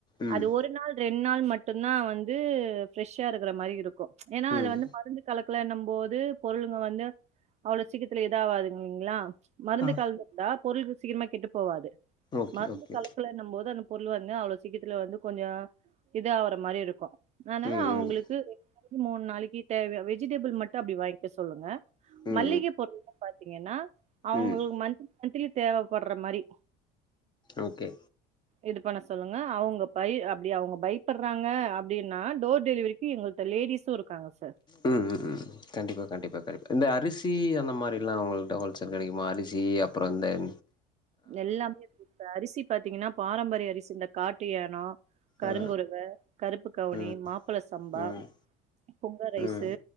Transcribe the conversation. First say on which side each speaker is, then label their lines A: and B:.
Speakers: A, on the left (about 25°); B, on the right (about 35°).
A: ம்
B: அது ஒரு நாள் ரெண் நாள் மட்டுந்தா வந்து ஃபிரெஷ்ஷா இருக்கற மாரி இருக்கு ஏனா
A: ம்
B: அதுல வந்து மருந்து கலக்குலன்னம் போது பொருளுங்க வந்து அவ்ளோ சீக்கத்துல இதாவாதுங் இல்லிங்ளா? மருந்து
A: ஆ
B: கலந்துருந்தா பொருள்க சீக்கரமா கெட்டு போவாது
A: ஓகே
B: மருந்து
A: ஓகே
B: கலக்கல ன்னும் போது அந்த பொருள் வந்து அவ்ளோ சீக்கத்துல வந்து கொஞ்சோ இது ஆவற மாரி இருக்கு. அதனால
A: ம்
B: அவுங்குளுக்கு
A: ம்
B: ரெண் நாளைக்கி மூன் நாளைக்கி தேவய வெஜிடபிள் மட்டு அப்டி வாய்ங்க்க சொல்லுங்க.
A: ம்
B: மளிகை பொருள் பாத்தீங்கன்னா அவுங்களுக்கு
A: ம் ம்
B: மத்லி மத்லி தேவப்பட்ற மாரி
A: ஓகே
B: இது பண்ண சொல்லுங்க அவுங்க பை அப்டி அவுங்க பயப்பட்றாங்க அப்டின்னா டோர் டெலிவரி எங்கள்ட்ட லேடிஸு இருக்காங்க சார்
A: ம் ம் ம் கண்டிப்பா கண்டிப்ப கண்டிப்பா இந்த அரிசி அந்த மாரிலா அவங்கள்ட்ட ஹோல்சேல் கெடைக்குமா அரிசி அப்பறோ இந்த <inaudible>
B: எல்லாமே இருக்துங்க அரிசி பாத்தீங்கன்னா பாரம்பரிய அரிசி இந்த காட்டு ஏனோ கருங்குரவ
A: ஆ
B: கருப்பு கவுனி
A: ம்
B: மாப்ள சம்பா
A: ம்
B: புங்க ரைசு
A: ம்